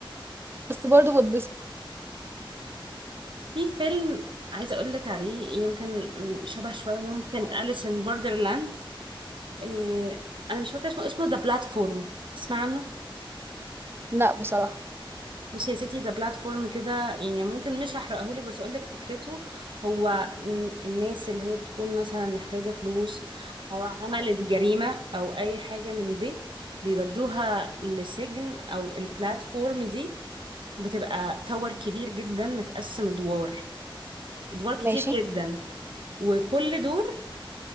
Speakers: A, on the right (about 25°); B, on the right (about 65°).
A: بس برضه بتبسط
B: في فيلم عايزه اقول لك عليه يمكن شبه شويه ممكن أليس ان بوردرلاند إيه انا مش فاكره اسمه اسمه ذا بلاتفورم تسمع عنه
A: لا بصراحة
B: بصي يا ستي ذا بلاتفورم كده يعني ممكن مش هحرقه لك بس اقول لك فكرته هو ن- الناس اللي هي بتكون مثلا محتاجه فلوس او عملت جريمه او اي حاجه من دي بيودوها لسجن او البلاتفورم دي بتبقى تاور كبير جدا متقسم ادوار ادوار كتير
A: ماشي
B: جدا وكل دور